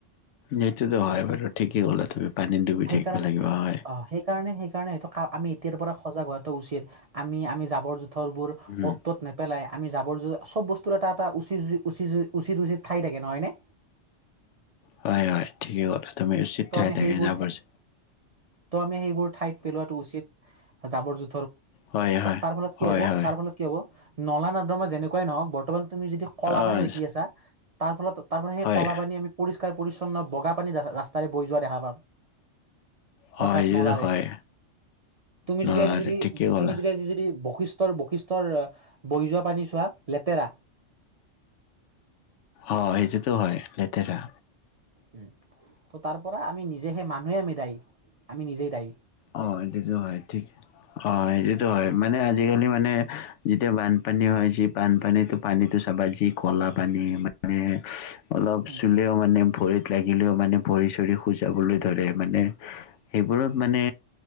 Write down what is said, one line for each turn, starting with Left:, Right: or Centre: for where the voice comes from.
Left: নিটোতো হয় বাৰু ঠিকেই হল তুমি পানীত ডুবি থাকিব
Right: সেইকাৰণে
Left: লাগিব হয়।
Right: অ সেইকাৰণে সেইকাৰণে হয়টো আমি এতিয়াৰ পৰা সজাগ হোৱাটো উচিত আমি আমি জাবৰ জোঁথৰবোৰ
Left: উম
Right: অত তত নেপেলাই আমি যাবৰ চব বস্তুৰ এটা এটা উচিচি উচিত উচিত ঠাই থাকে নহনে
Left: হয় হয় ঠিকেই ক'লা তুমি উচিত
Right: ত
Left: থাকে
Right: আমি
Left: থাকে
Right: সেইবোৰ
Left: যাব পাৰছ
Right: ত' আমি সেইবোৰ ঠাইত পেলোৱাটো উচিত জাবৰ যো
Left: হয় হয়।
Right: তাৰ ফলত কি
Left: হয়
Right: হ'ব
Left: হয়
Right: তাৰ ফলত কি হ'ব নলা ন মাৰ যেনেকুৱাই নহওক বৰ্তমান তুমি যদি কলা
Left: অ'
Right: পানী দেখিছ তাৰ ফলত তাৰ সেই
Left: হয়
Right: কল পান আমি পৰিষ্ পৰিচ্ছন্ন বগা পানী ৰাস্তাৰে বৈ যোৱা দেখা পাম
Left: হয়
Right: অৰ্থাৎ
Left: এইটোতো
Right: নলাৰে
Left: হয়।
Right: তুমি
Left: নলাৰে
Right: যদি আজি যদি
Left: ঠিকেই ক'লা।
Right: তুমি যদি আজি যদি বশিষ্টৰ বৈশিষ্টৰ বৈ যোৱা পানী চোৱা লেতেৰা
Left: অ সজো হয় লেতেৰা
Right: উম ত তাৰ পৰা আমি নিজে সেই মানুহে আমি দায় আমি নিজেই দায়ী
Left: অ এইটোতো হয় ঠিকেই অ সেইটোতো হয় মানে আজিকালি মানে যেতিয়া বানপানী হয় যি বানপানী পানীতো চাব যি কলা পানী মানে অলপ
Right: উম,
Left: চুলেও মানে ভৰিত লাগিলেও মানে ভৰি চৰি খোজ যাবলৈ ধৰে মানে সেইবোৰত মানে